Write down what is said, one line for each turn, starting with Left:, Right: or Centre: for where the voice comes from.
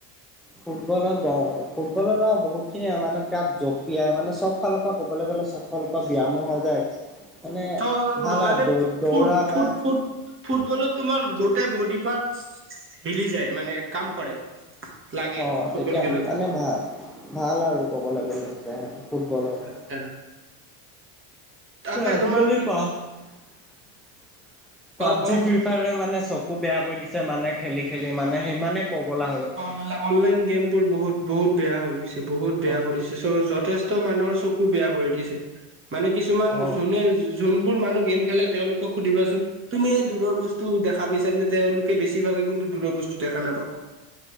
Centre: ফুটবলত-ফুটবলত অ, বহুত খিনিয় মানে কাপ জঁপিয়াই মানে চব ফালৰ পৰা ক'বলে গ'লে এফালৰ পৰা ব্যায়ামো হৈ যায় মানে
Right: চ
Centre: ভাল
Right: মানে
Centre: হয় দৌ-দৌৰা
Right: ফু
Centre: হয়।
Right: ফুট ফুট ফুটবলত তোমাৰ গোটেই বডি পাৰ্ট হিলি যায় মানে কাম কৰে। লাগে
Centre: অ,
Right: ফুটবল
Centre: তেতিয়া
Right: খেলোতে
Centre: মানে ভা-ভাল আৰু ক'বলে গ'লে তে সেইটো ফুটবলত।
Right: <unintelligible> তাকে
Centre: আজিকালি
Right: তোমাৰ কি
Centre: পা পাবজি
Right: কোৱা কোৱা
Centre: ফ্ৰি ফ্ৰিয়াৰে মানে চকু বেয়া কৰি দিছে মানে খেলি-খেলি মানে ইমানে পগলা হয়।
Right: উম, অনলাইন গেম বোৰ বহুত বহুত বেয়া হৈ গৈছে বহুত বেয়া
Centre: অ
Right: কৰিছে। তাৰ পিছৰ যথেষ্ট মানুহৰ চকু বেয়া কৰি দিছে। মানে কিছুমান
Centre: অ
Right: যোনে যোনবোৰ মানুহ গেম খেলে তেওঁলোকক সুধিবাচোন? তুমি এই দূৰৰ বস্তু দেখা পাইছা নে? তেঁওলোকে বেছিভাগে কিন্তু দূৰৰ বস্তু দেখা নাপাব।